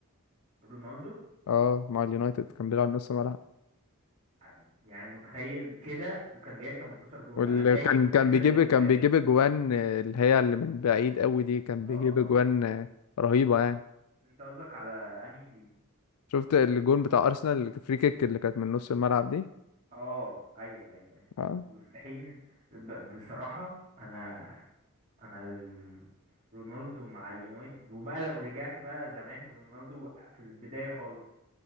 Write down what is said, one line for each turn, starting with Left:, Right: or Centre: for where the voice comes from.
Right: رونالدو
Left: اه مع اليونايتد كان بيلعب نص ملعب
Right: ع- يعني متخيل كده وكان جايب 18 جول
Left: واللي
Right: انا فاكر
Left: كان كان
Right: فاكر
Left: بيجيب
Right: الاجوال
Left: كان بيجيب اجوان آه، اللي هي اللي من بعيد قوي دي كان
Right: اه
Left: بيجيب
Right: اه
Left: اجوان
Right: اه
Left: آه، رهيبة يعني
Right: انت قصدك على انهي سيزون
Left: شفت الجون بتاع ارسنال الفري كيك اللي كانت من نص الملعب دي
Right: اه ايوه ايوه
Left: اه
Right: ايوه في حين ب... بصراحة انا انا ال... رونالدو مع اليونايتد وبقى لو رجعت بقى زمان رونالدو في البداية خالص